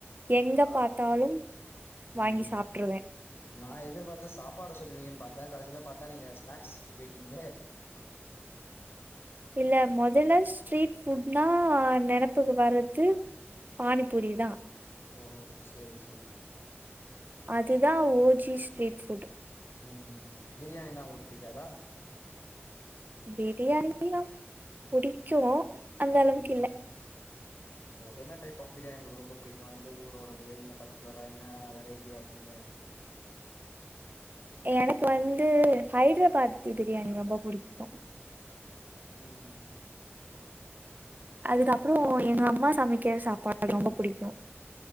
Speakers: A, on the right; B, on the left.
A: எங்க
B: ஆ
A: பாத்தாலும்
B: ம்
A: வாங்கி சாப்ட்ருவே
B: நா எதிர்பாத்தது சாப்பாட சொல்லுவீங்கன்னு பாத் தே கடைசில பாத்தா நீங்க ஸ்நாக்ஸ்க்கு போயிட்டீங்களே.
A: இல்ல மொதல்ல ஸ்ட்ரீட் ஃபுட்னா நெனப்புக்கு வர்றது பானி பூரிதா.
B: ஓ சேரி சேரி.
A: அதுதா ஓ ஜி ஸ்ட்ரீட் ஃபுட்.
B: ம் பிரியாணின்னா உங்களுக்கு புடிக்காதா?
A: பிரியாணியு புடிக்கு. அந்த அளவுக்கு
B: ம்
A: இல்ல.
B: ஓ என்ன டைப் ஆஃப் பிரியாணி உங்களுக்கு ரொம்ப புடிக்கு எந்த ஊரோடது இல்ல பர்ட்டிகுலரா என்ன வெரைட்டி ஆஃப் பிரியாணி
A: எனக்கு வந்து ஹைதராபாத் பிரியாணி ரொம்ப புடிக்கு.
B: ம் ம்
A: அதுக்கப்றோ எங்க அம்மா சமைக்கிற சாப்பாடு ரொம்ப புடிக்கு.